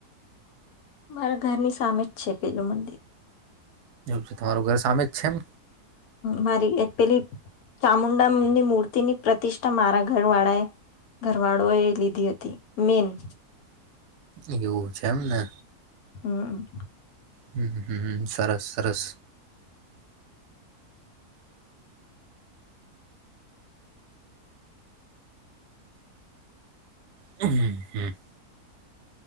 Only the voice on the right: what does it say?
તમારું ઘર સામે જ છે એમ
એવું છે એમને
હ હ સરસ સરસ. હમ હમ. <unintelligible>